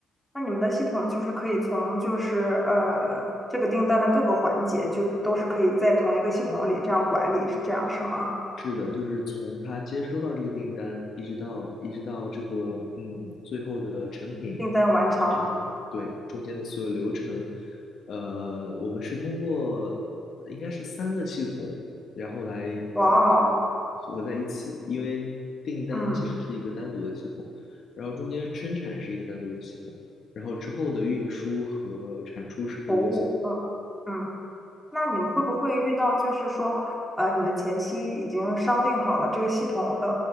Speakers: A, in the centre; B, on the left.
A: 那你们的系统就是可以从就是呃这个订单的各个环节，就都是可以在同一个系统里这样管理，是这样是吗？
B: 是的，就是从他接收到这个订单，一直到一直到这个嗯最后的成品完成，
A: 订单完成，
B: 对中间的所有流程，呃，我们是通过应该是三个系统，然后来合
A: 哇哦，
B: 合在一起，因为订单其实是一个单独的系统，
A: 嗯，
B: 然后中间生产是一个单独的系统，然后之后的运输和产出是一个系统。
A: 服务，嗯嗯。那你们会不会遇到，就是说，呃，你们前期已经商定好了这个系统的，